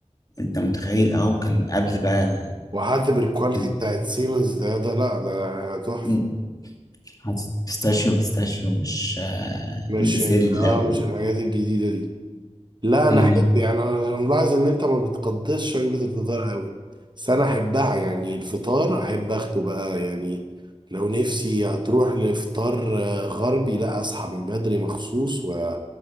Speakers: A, on the left (about 30°); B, on the right (about 40°).
A: انت متخيل اه وكان قبل بقى ال...
B: وحد بالكواليتي
A: إن-
B: بتاعت سيمنز ده ده لا ده تحفة
A: إن- حاطط بيستاشيو بيستاشيو مش آه،
B: مش
A: بسلة
B: ال- اه
A: و...
B: مش الحاجات الجديدة دي لا
A: مم.
B: انا احب يعني انا ملاحظ ان انت ما بتقدسش وجبه الفطار قوي بس انا احبها يعني الفطار احب اخده بقى يعني لو نفسي هتروح لفطار آه، غربي لا اصحى من بدري مخصوص و-